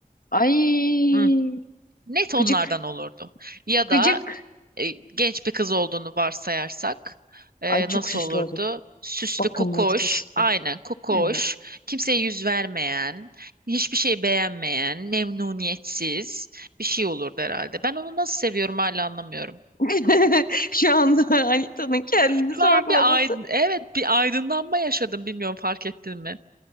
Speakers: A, on the left (about 70°); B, on the right (about 85°).
A: Ay.
B: Hı Net onlardan
A: Gıcık.
B: olurdu. Ya
A: Gıcık.
B: da e, genç bir kız olduğunu varsayarsak e,
A: Ay çok
B: nasıl
A: süslü
B: olurdu?
A: olur.
B: Süslü,
A: Bakımlı,
B: kokoş,
A: süslü.
B: aynen kokoş,
A: Evet.
B: kimseye yüz vermeyen, hiçbir şey beğenmeyen, memnuniyetsiz bir şey olurdu herhalde. Ben onu nasıl seviyorum hala anlamıyorum.
A: <laughs> Şu anda Anita'nın kendini
B: Şu
A: sorgulaması.
B: an bir aydın, evet bir aydınlanma yaşadım bilmiyorum fark ettin mi?